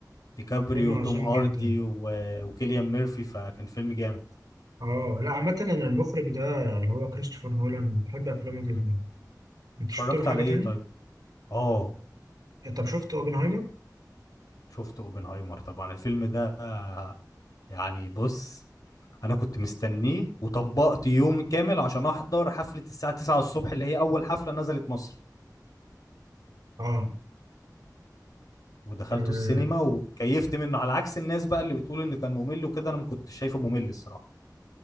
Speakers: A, on the left (about 60°); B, on the right (about 65°).
A: ديكابريو
B: فيلم عظيم
A: وتوم هاردي
B: جدا
A: و- وكيليان ميرفي فكان فيلم جامد
B: اه لا عامة انا المخرج ده اللي هو كريستوفر نولان بحب افلامه جدا
A: مم.
B: انت شفت
A: اتفرجت
B: له حاجة
A: على
B: تاني؟
A: ايه طيب اه
B: آه، طب شفت اوبنهايمر؟
A: شفت اوبنهايمر طبعا الفيلم ده آه، يعني بص انا كنت مستنيه وطبقت يوم كامل عشان احضر حفلة الساعة 9 الصبح اللي هي اول حفلة نزلت مصر
B: اه
A: ودخلته
B: آه،
A: السينما وكيفت منه على عكس الناس بقى اللي بتقول انه كان ممل وكده انا ما كنتش شايفه ممل الصراحة